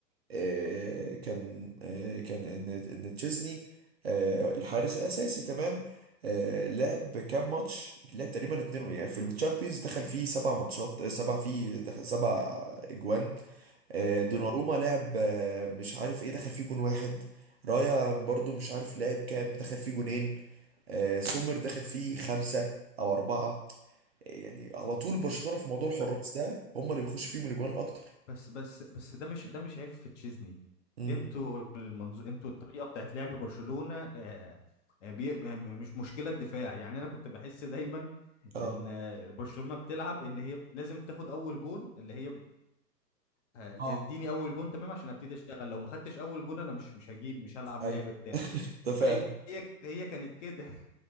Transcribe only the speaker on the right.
آه، كان آه، كان ان ان تشيزني آه، الحارس الاساسي تمام آه، لعب كام ماتش لعب تقريبا اتنين يعني في الشامبيونز دخل فيه سبع ماتشات آه، سبع فيه دخل سبع اجوان آه، دوناروما
لعب آه، مش عارف ايه دخل فيه جون واحد رايا برضو مش عارف لعب كام دخل فيه جونين آه، سومر دخل فيه خمسة او اربعة آه، يعني على طول برشلونة في موضوع الحراس
ده هم اللي بيخش فيهم الاجوان اكتر
امم
اه
اه
ايوه
ده فعلا